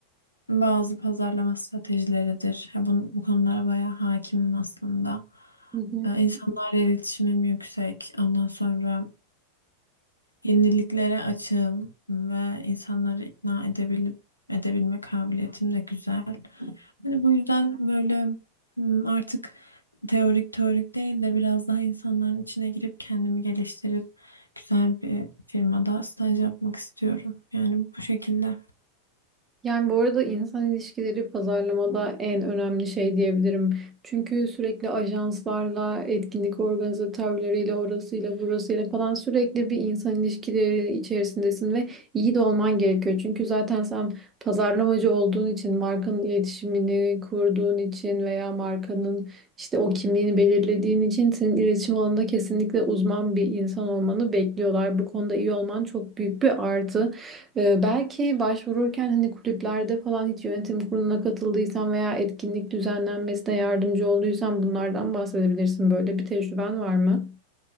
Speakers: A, on the left; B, on the right.
A: bazı pazarlama stratejileridir. Ya bu, bu konulara bayağı hakimim aslında.
B: Hı hı.
A: Ee, insanlarla iletişimim yüksek. Ondan sonra yeniliklere açığım ve insanları ikna edebilip edebilme kabiliyetim de güzel. Hani bu yüzden böyle hmm, artık teorik teorik değil de biraz daha insanların içine girip kendimi geliştirip güzel bir firmada staj yapmak istiyorum. Yani bu şekilde.
B: Yani bu arada insan ilişkileri pazarlamada en önemli şey diyebilirim. Çünkü sürekli ajanslarla, etkinlik organizatörleriyle, orasıyla, burasıyla falan sürekli bir insan ilişkileri içerisindesin ve iyi de olman gerekiyor. Çünkü zaten sen pazarlamacı olduğun için, markanın iletişimini kurduğun için veya markanın işte o kimliğini belirlediğin için senin iletişim alanında kesinlikle uzman bir insan olmanı bekliyorlar. Bu konuda iyi olman çok büyük bir artı. Ee, belki başvururken hani kulüplerde falan hiç yönetim kuruluna katıldıysan veya etkinlik düzenlenmesine yardımcı olduysan bunlardan bahsedebilirsin. Böyle bir tecrüben var mı?